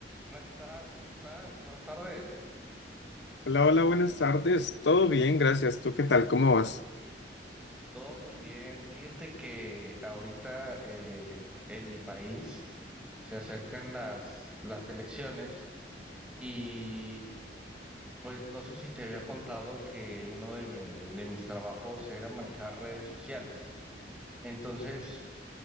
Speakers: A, in the centre; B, on the left.
A: Hola, ¿qué tal? ¿Cómo estás? Buenas tardes.
B: Hola, hola, buenas tardes. Todo bien, gracias. ¿Tú qué tal? ¿Cómo vas?
A: Todo muy bien. Fíjate que ahorita eh, en mi país se acercan las, las elecciones y pues no sé si te había contado que uno de, mi- de mis trabajos era manejar redes sociales. Entonces,